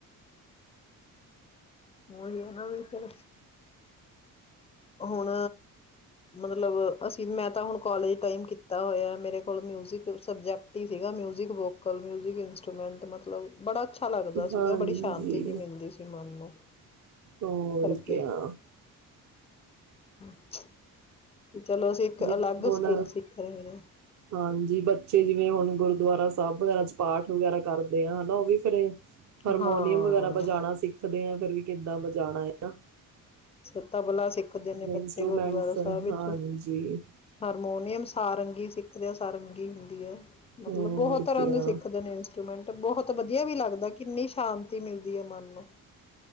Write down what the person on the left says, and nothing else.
ਉਹੀ ਹੈ ਨਾ ਫਿਰ ਹੁਣ ਮਤਲਬ ਅਸੀਂ ਮੈਂ ਤ ਹੁਣ ਕਾਲਜ ਟਮ ਕੀਤਾ ਹੋਆ ਮੇਰੇ ਕੋਲ ਮਿਊਜਿਕ ਸਬਜੈਕਟ ਹੀ ਸੀਗਾ ਮਿਜਿਕ ਵੋਕਲ ਮਿਜਿਕ ਇੰਸਟਰੂਮੈਂਟ ਮਤਲਬ ਬੜਾ ਅੱਛਾ ਲੱਗਦਾ ਸੀਗਾ
ਬੜੀ ਸ਼ਾਂਤੀ ਜੀ ਮਿਲਦੀ ਸੀ ਮਨ ਨੂੰ
ਕਰਕੇ
<inaudible> ਇੱਕ
ਅਲੱਗ
ਸਕਿੱਲ ਸਿੱਖ ਰਹੇ ਹਾਂ
ਹਾਂ
ਸਭ ਦਾ ਬਲਾ ਭਲਾ ਸਿੱਖਦੇ ਨੇ ਬੱਚੇ
ਗੁਰਦੁਆਰਾ ਸਾਹਿਬ ਵਿੱਚ।
ਹਾਰਮੋਨੀਅਮ ਸਾਰੰਗ। ਕੀ ਸਿੱਖਦੇਆਂ ਸਾਰੰਗੀ ਹੁੰਦੀ ਹੈ। ਮਤਲਬ
ਬਹੁਤ ਤਰ੍ਹਾਂ
ਦੇ ਸਿੱਖਦੇ ਨੇ ਇੰਸਟਰੂਮੈਂਟ। ਬਹੁਤ ਵਧੀਆ ਵੀ ਲੱਗਦਾ ਕਿੰਨੀ ਸ਼ਾਂਤੀ ਮਿਲਦੀ ਹੈ ਮਨ ਨੂੰ।